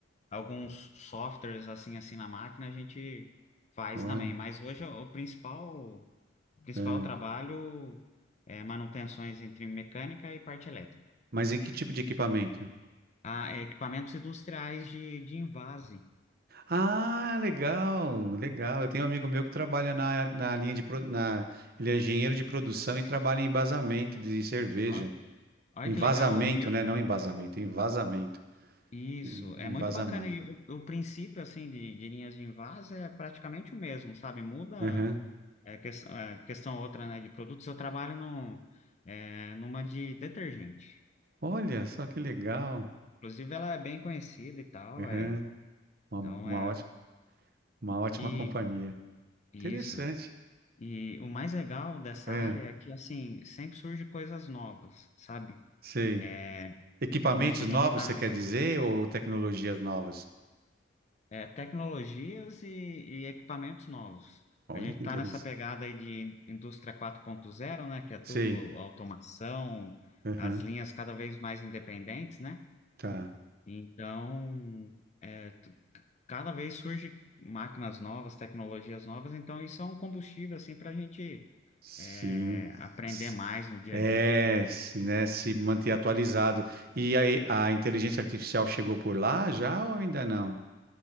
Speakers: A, on the left (about 35°); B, on the right (about 50°).
A: alguns softwares assim assim na máquina a gente faz
B: Olha.
A: também. Mas hoje o principal o principal
B: é.
A: trabalho é manutenções entre mecânica e parte elétrica.
B: Mas em que tipo de equipamento?
A: Ah, é, equipamentos industriais de, de envase.
B: Ah, legal, legal. Eu tenho um amigo meu que trabalha na, na linha de, pro- na, ele é engenheiro de produção e trabalha em embasamento de cerveja.
A: Ó- Olha
B: Em
A: que
B: vazamento,
A: legal, o meu.
B: né? Não em embasamento, em vazamento.
A: Isso,
B: Em,
A: é
B: em
A: muito
B: vazamento.
A: bacana. E o, o princípio, assim, de, de linhas de invase é praticamente o mesmo, sabe? Muda.
B: Uhum.
A: É questão, é questão outra, né, de produtos, eu trabalho no, é, numa de detergente.
B: Olha só que legal.
A: Inclusive, ela é bem conhecida e tal,
B: Aham,
A: é,
B: Uma,
A: então
B: uma
A: é...
B: ótima, uma ótima
A: E
B: companhia.
A: e
B: Interessante.
A: isso, e o mais legal dessa
B: É,
A: área é que, assim, sempre surge coisas novas, sabe?
B: sei.
A: É,
B: Equipamentos
A: Hoje a
B: novos,
A: gente está
B: você
A: nessa
B: quer dizer, ou tecnologias novas?
A: é, tecnologias e, e equipamentos novos.
B: Olha
A: A gente
B: que
A: está
B: interessante.
A: nessa pegada aí de indústria quatro ponto zero né, que é tudo
B: Sei.
A: automação,
B: Aham,
A: as linhas cada vez mais independentes, né?
B: Tá.
A: Então, é, t- cada vez surge máquinas novas, tecnologias novas, então isso é um combustível assim para a gente
B: Sim.
A: é, aprender
B: S-
A: mais no dia
B: É,
A: a dia.
B: se, né, se manter atualizado. E aí, a inteligência artificial chegou por lá já ou ainda não?